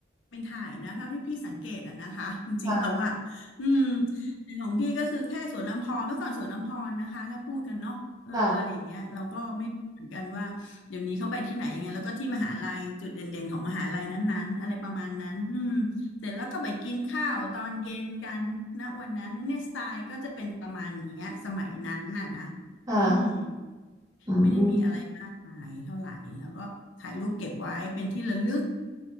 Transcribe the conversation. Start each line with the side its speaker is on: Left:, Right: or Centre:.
Left: เป็นถ่ายนะเท่าที่พี่สังเกตอะนะคะจริงๆแล้วอ่ะอืม
Right: ค่ะ
Left: ในของพี่ก็คือแค่สวนอัมพรเมื่อก่อนสวนอัมพรนะคะถ้าพูดกันเนาะเอออะไรอย่างเงี้ยเราก็ไม่รู้เหมือนกันว่าเดี๋ยวนี้เขาไปที่ไหนยังไงแล้วก็ที่มหาลัยจุดเด่นๆของมหาลัยนั้นๆอะไรประมาณนั้นอืมเสร็จแล้วก็ไปกินข้าวตอนเย็นกันนะวันนั้นเนี่ยสไตล์ก็จะเป็นประมาณเนี้ยสมัยนั้นน่ะนะ
Right: ค่ะค่ะ
Left: อืม
Right: อืม
Left: ไม่ได้มีอะไรมากมายเท่าไหร่แล้วก็ถ่ายรูปเก็บไว้เป็นที่ระลึก